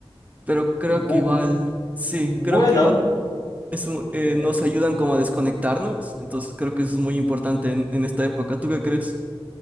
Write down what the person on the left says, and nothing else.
Bu-
Bueno,
eh,